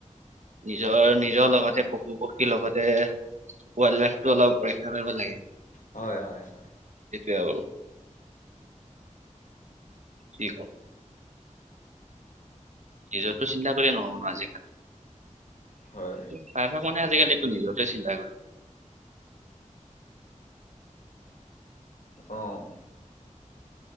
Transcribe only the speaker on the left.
হয়, হয়, হয়। <inaudible>
হয়।
<inaudible> অ,